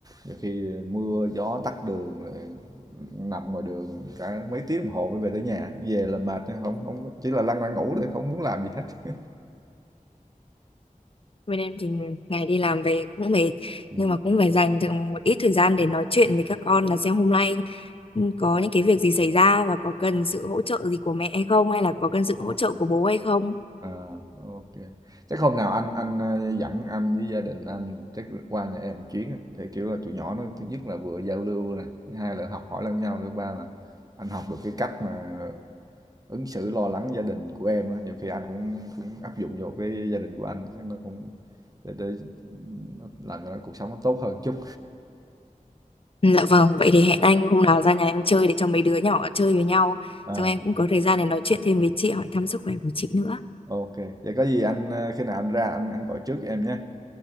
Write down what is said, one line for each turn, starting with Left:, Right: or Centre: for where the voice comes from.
Right: nhiều khi mưa gió tắc đường rồi nằm ngoài đường cả mấy tiếng đồng hồ mới về tới nhà về là mệt không không chỉ là lăn ra ngủ thôi, không muốn làm gì hết.
Left: Bên em thì ngày đi làm về cũng mệt,
Right: Ừm,
Left: nhưng mà cũng phải dành được một ít thời gian để nói chuyện với các con là xem hôm nay có những cái việc gì xảy ra và có cần sự hỗ trợ gì của mẹ hay không, hay là có cần
Right: ờ.
Left: sự hỗ trợ của bố hay không.
Right: À, OK. Chắc hôm nào anh anh, ơ, dẫn anh với gia đình anh chắc qua nhà em chuyến á, thì, kiểu là, tụi nhỏ nó thứ nhất là vừa giao lưu nè, thứ hai là học hỏi lẫn nhau, thứ ba là anh học được cái cách mà ứng xử lo lắng gia đình của em á, nhiều khi anh cũng cũng áp dụng vô cái gia đình của anh, chắc nó cũng để để nó làm cho nó cuộc sống nó tốt hơn chút.
Left: Ừ, Dạ vâng, vậy thì hẹn anh hôm nào ra nhà em chơi để cho mấy đứa nhỏ chơi với nhau.
Right: Ờ,
Left: Xong em cũng có thời gian để nói chuyện thêm với chị, hỏi thăm sức khỏe của chị nữa.
Right: OK. Vậy có gì anh, ơ, khi nào anh ra anh anh gọi trước cho em nhé.